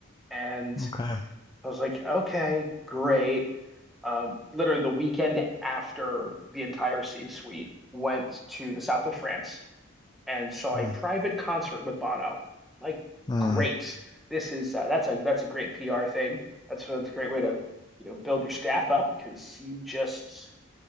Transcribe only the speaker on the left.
okay.
Mm,
mm.